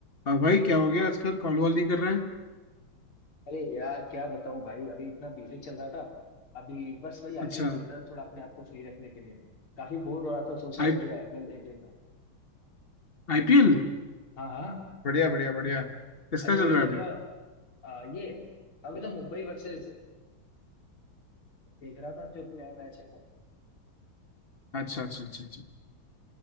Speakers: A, on the left; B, on the left.
A: हाँ भाई क्या हो गया आजकल कॉल वॉल नहीं कर रहा है
B: अरे यार क्या बताऊं भाई अभी इतना बिजी चल रहा था अभी बस वही आईपीएल
A: अच्छा
B: देख रहा था थोड़ा अपने आप को फ्री रखने के लिए काफी बोर हो रहा था सोच रहा
A: आई
B: था ये आईपीएल देख लेता हूं।
A: आईपीएल
B: हाँ हाँ
A: बढ़िया बढ़िया बढ़िया किसका
B: अरे मेरे
A: चल रहा
B: को
A: है अभी
B: थोड़ा आ, ये अभी तो मुंबई वर्सेस देख रहा था जो भी नया मैच है
A: अच्छा अच्छा अच्छा अच्छा